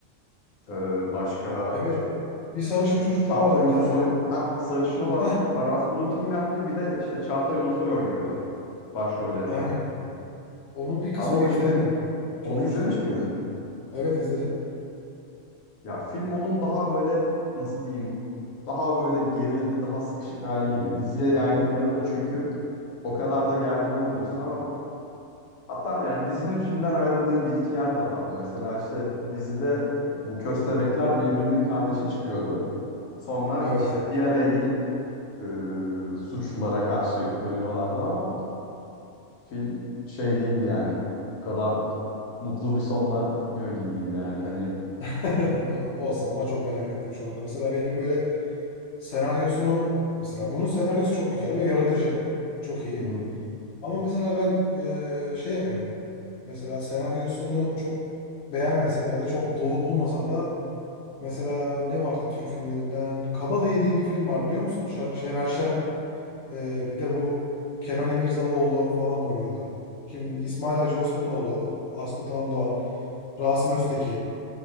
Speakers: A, on the left; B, on the left.
A: e, başka
B: evet. Bir sarışın
A: Şey,
B: çocuk
A: Çağatay
B: daha vardı bir
A: Ulusoy,
B: tane.
A: ah, sarışın olan
B: Heh,
A: Aras Bulut İynemli bir de işte Çağatay Ulusoy oynuyordu başrollerinde.
B: aynen. Onun bir kısmını
A: Ama
B: izledim
A: işte
B: ben. Çok
A: onu izlemiş
B: hoştu.
A: miydin?
B: Evet izledim.
A: Ya film onun daha böyle nasıl diyeyim daha böyle gerilimli daha sıkışık hali gibi. Diziye yaydıklarında çünkü o kadar da gergin olmuyorsun ama hatta yani dizinin filmden ayrıldığı bir iki yer de vardı. Mesela işte dizide bu köstebekler birbirinin kardeşi çıkıyordu. Sonra
B: Evet.
A: işte bir araya gelip e, suçlulara karşı dönüyorlardı ama Film şey değildi yani. Bu kadar mutlu bir sonla bitmiyor gibiydi yani. Hani
B: <laughs> O- Olsun ama çok merak ettim şu anda. Mesela benim böyle senaryosunu mesela bunun senaryosu çok güzel ve yaratıcı. Çok iyi.
A: hı hı.
B: Ama mesela ben eee, şey yapıyorum. Mesela senaryosunu çok beğenmesem ya da çok dolu bulmasam da mesela ne vardı Türk filmlerinden? Kabadayı diye bir film var biliyor musun? Ş- Şener Şen eee, bir de bu Kenan İmirzalıoğlu falan oynuyordu. Kim? İsmail Hacı Osmanoğlu, Aslı Tandoğan, Rasim Öztekin.